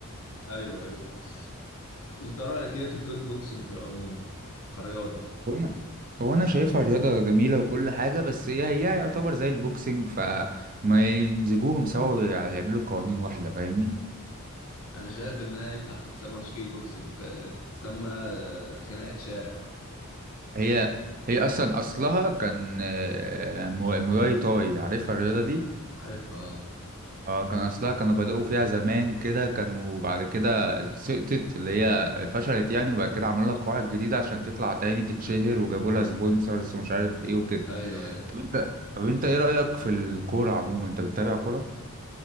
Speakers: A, on the left (about 65°); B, on the right (about 40°).
A: ايوه ايوه بس انت رايك ايه في الكيك بوكسنج في العموم كرياضه
B: وانا وانا شايفها رياضة جميلة وكل حاجة بس هي هي يعتبر زي البوكسنج فما يمزجوهم سوا ويعملوا قوانين واحدة فاهمني
A: انا شايف انها ينفع تتسمى مش كيك بوكسنج ق- تتسمى آه، خناقه شارع
B: هي هي اصلا اصلها كان آه، مو- مواي تاي عارفها الرياضة دي
A: عارفها آه.
B: اه كان اصلها كانوا بدأوا فيها زمان كده كانوا بعد كده سقطت اللي هي فشلت يعني وبعد كده عملوا لها قواعد جديدة عشان تطلع تاني تتشهر وجابوا لها سبونسرز ومش عارف ايه وكده
A: ايوه ايوه
B: طب انت طب انت ايه رأيك في الكورة عموما انت بتتابع كورة؟